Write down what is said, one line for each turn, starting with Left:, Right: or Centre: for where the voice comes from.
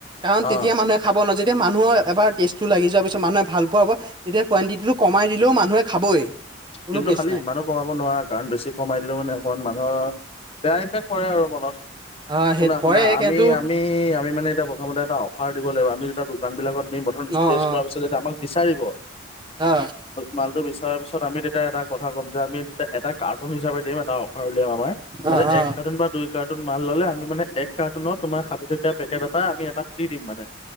Right: কাৰণ
Left: অ
Right: তেতিয়া মানুহে খাব ন' যেত যেতিয়া মানুহৰ এবাৰ টেষ্টটো লাগি যোৱাৰ পিছত মানুহে ভাল পোৱা হ'ব, তেয়া কুৱণ্টিটিটো কমাই দিলেও মানুহে খাবই। কোনো
Left: কিন্তু
Right: কেচ
Left: খালি
Right: নাই।
Left: ইমানো কমাব নোৱাৰা কাৰণ বেছি কমাই দিলও মানে অকণমান মান অ বেয়া ইমফেক্ট কৰে আৰু মনত
Right: অ
Left: শুনা
Right: সেই পৰে
Left: শুনা আমি
Right: কিন্তু
Left: আমি আমি মানে প্ৰথমতে এটা অফাৰ দিব লাগিব আমি যেতিয়া দোকানবিলাকত হে প্ৰথম ষ্টেজ
Right: অ অ
Left: কৰাৰ পিছতহে আমাক বিচাৰিব
Right: অ
Left: মালটো বিচাৰাৰ পিছত আমি তেতিয়া এটা কথা ক'ম যে আমি তেতিয়া এটা কাৰ তহুন হিচাপে দিম এটা অফাৰ উলিয়াম আমাৰ যাতে
Right: অ অ
Left: এক কাৰ্টুন বা দুই কাৰ্টুন সেইটোত মাল ললে আমি মানে এক কাৰ্টুনত তোমাৰ ষাঠি টকীয়া পেকেট এটা আমি এটা ফ্ৰী দিম মানে